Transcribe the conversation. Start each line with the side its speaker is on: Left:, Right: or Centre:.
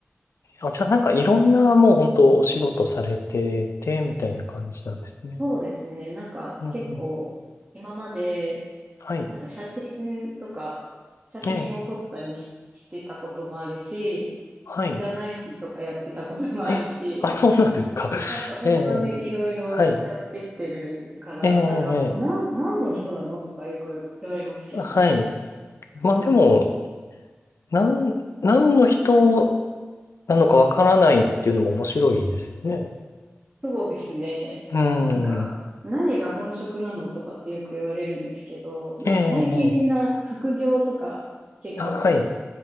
Left: あ、じゃあなんかいろんなもう本当お仕事されてて、みたいな感じなんですね。
Right: そうですね。なんか結構今まで、
Left: うんうん。はい。
Right: なんか写真とか、写真を撮ったりし、
Left: ええ、
Right: してたこともあるし、
Left: はい。
Right: 占い師とかやってたこともあるし、
Left: え、あ、そうなんですか。
Right: なんか本当にいろいろやってきてるから、
Left: <laughs> ええ、はい。ええ、え
Right: なんか、なん、何の人なのとかよく言われますけどね。
Left: えはい。まあでも、
Right: うん。
Left: なん、何の人なのかわからないっていうのも面白いですよね。
Right: そうですね。
Left: うん。
Right: なんか、何が本職なのとかってよく言われるんですけど、なんか最近みんな副業とか結構
Left: ええ、ええあ、はい。